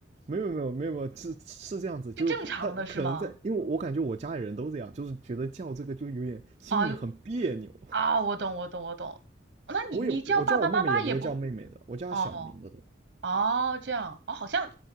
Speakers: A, on the right (about 35°); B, on the right (about 55°).
A: 没有没有没有没有，是是这样子，
B: 这正常的是吗？
A: 就是他可能在，因为我感觉我家里人都这样，就是觉得叫这个就有点心里很别扭。
B: 啊啊，我懂，我懂，我懂。哦那你你叫爸爸妈妈也不
A: 我也我叫我妹妹也不会叫妹妹的，我叫她小名的都。
B: 哦哦这样哦，好像